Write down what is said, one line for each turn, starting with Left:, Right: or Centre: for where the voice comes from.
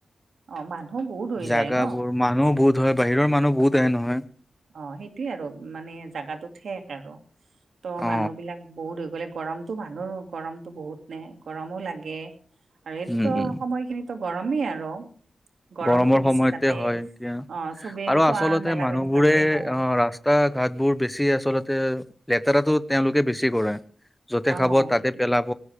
Right: অ, মানুহ বহুত হৈ
Centre: জাগাবোৰ
Right: যায় ন।
Centre: <unintelligible> বাহিৰৰ মানুহ বহুত আহে নহয়।
Right: অ, সেইটোয়ে আৰু মানে জাগাটো ঠেক আৰু ত' মানুহ
Centre: অ
Right: বিলাক বহুত হৈ গ'লে গৰমটো মানুহৰ গৰমতো বহুত নে গৰমো লাগে। আৰু এইটোতো
Centre: উম উম
Right: সময়খিনি গৰমেই আৰু। গৰমটো
Centre: গৰমৰ
Right: বেছি
Centre: সময়তে
Right: তাতে
Centre: হয়। এতিয়া
Right: অ চবে
Centre: আৰু
Right: খোৱা
Centre: আচলতে
Right: মেলাবিলাক
Centre: মানুহবোৰে
Right: তাতে হয়
Centre: অ, ৰাস <unintelligible> ঘাটবোৰ বেছি আচলতে লেতেৰাটো তেওঁলোকে বেছি কৰে। য'তে
Right: অ
Centre: খাব তাতে
Right: সেইটো
Centre: পেলাব।